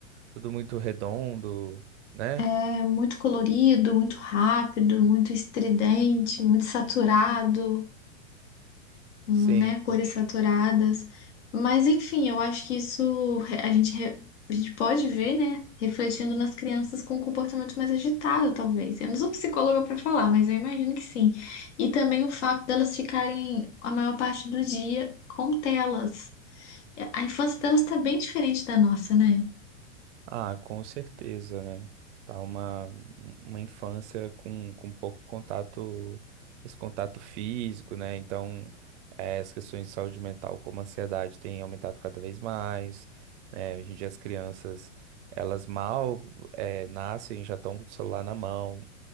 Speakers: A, on the right; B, on the left.
A: tudo muito redondo, né?
B: É muito colorido, muito rápido, muito estridente, muito saturado. Hum,
A: Sim.
B: né, cores saturadas. Mas enfim, eu acho que isso re- a gente, re- a gente pode ver, né, refletindo nas crianças com um comportamento mais agitado, talvez. Eu não sou psicóloga para falar, mas eu imagino que sim. E também o fato delas ficarem a maior parte do dia com telas. É, A infância delas está bem diferente da nossa, né?
A: Ah, com certeza, né? Tá uma, uma infância com, com pouco contato, esse contato físico, né? Então, eh, as questões de saúde mental, como a ansiedade, tem aumentado cada vez mais, né? Hoje em dia as crianças, elas mal, eh, nascem, já estão com o celular na mão.